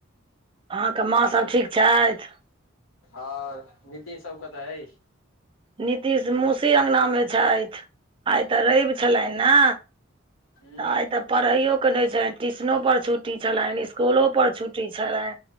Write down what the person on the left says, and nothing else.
आ नीतीश सब कतऽ अछि।
हूँ